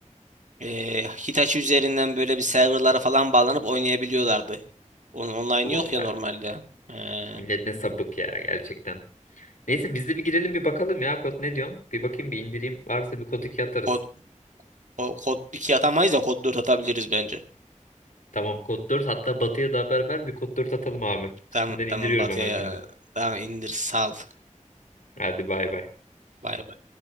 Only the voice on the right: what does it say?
Eee Hitachi üzerinden böyle bir serverlara falan bağlanıp oynayabiliyorlardı. Onun online
yok
ya normalde.
Eee,
kod, o- kod 2 atamayız da kod 4 atabiliriz bence.
Tamam
tamam Batı'ya
ya.
Tamam indir sal.
Bay bay.